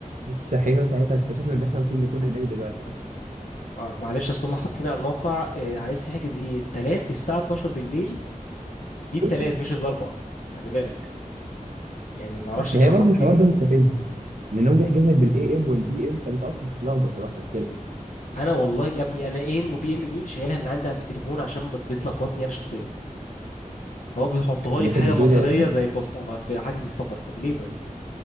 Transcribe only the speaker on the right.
صحينا ساعتها اكتشفنا ان احنا المفروض نكون هناك دلوقتي اصلا
<laughs>
ما
هي برضه
الحوار ده مستفز لان هو بيحجز لك بالاي ام والبي ام فانت اصلا بتتلخبط لوحدك خلقا
لقيتك
بتقول